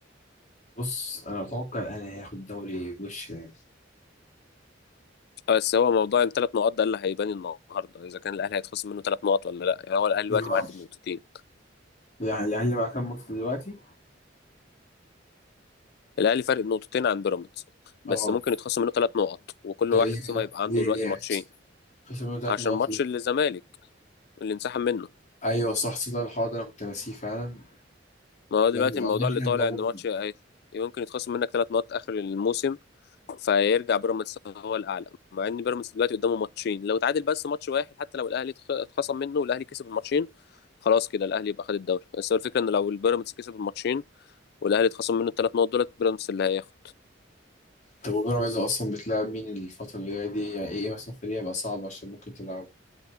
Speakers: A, on the left (about 40°); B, on the left (about 60°).
A: بص أنا أتوقع الأهلي هياخد الدوري وش يعني
B: بس هو موضوع الثلاث نقاط ده اللي هيبان النهارده اذا كان الاهلي هيتخصم منه ثلاث نقط ولا لا يعني هو الاهلي
A: نعم.
B: دلوقتي معدي بنقطتين
A: يعني الأهلي معاه كام ماتش دلوقتي؟
B: الاهلي فارق نقطتين عن بيراميدز بس
A: أه
B: ممكن يتخصم منه ثلاث نقط وكل
A: تقريبا
B: واحد فيهم هيبقى
A: ليه
B: عنده دلوقتي
A: ليه
B: ماتشين
A: خسر منه تلات
B: عشان
A: نقط
B: ماتش
A: ليه.
B: الزمالك اللي انسحب منه
A: ايوه صح صدق الحوار ده انا كنت ناسيه فعلا
B: ما هو دلوقتي
A: لما
B: الموضوع
A: يعني احنا
B: اللي طالع
A: لو
B: ان ماتش هي- يمكن يتخصم منك ثلاث نقط اخر الموسم فيرجع بيراميدز هو الاعلى مع ان بيراميدز دلوقتي قدامه ماتشين لو اتعادل بس ماتش واحد حتى لو الاهلي اتخ- اتخصم منه والاهلي كسب الماتشين خلاص كده الاهلي يبقى خد الدوري بس هو الفكره ان لو البيراميدز كسب الماتشين والاهلي اتخصم منه الثلاث نقط دولت بيراميدز اللي هياخد
A: طب وبيراميدز اصلا بتلعب مين الفترة اللي جاية دي يعني ايه إيه مثلا فريق هيبقى صعب عشان ممكن تلعب